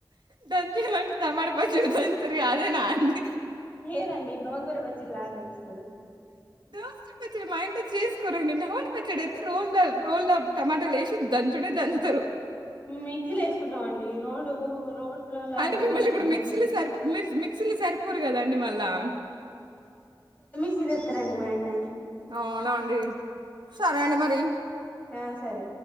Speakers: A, on the right; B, on the left.
A: దన్ <unintelligible> తమట పచ్చడి దంచుతార్ అదే నా అండి
B: లేదండి గోంగూర పచ్చడి లాగా దంచుతారు
A: దోసకై పచ్చడి మా ఇంట్లో చేసుకోరు అండి టమాటా పచ్చడి అయితే రోల్ రోల్ టమాటాలు వేసి దంచుడే దంచుతారు.
B: మిక్సీలో వేసుకుంటాం అండి రోడ్డు రోట్లలా
A: అంటే
B: నూరలేకపోతుంది
A: మిమ్మల్ని ఇప్పుడు మిక్సీలు సరిపో మీర్ మిక్సీలో సరిపోరు కదాండి మళ్ళా
B: క్సి <unintelligible> అండి మా అయనా
A: అవునా అండి సరే అండి మరి
B: ఆ సరే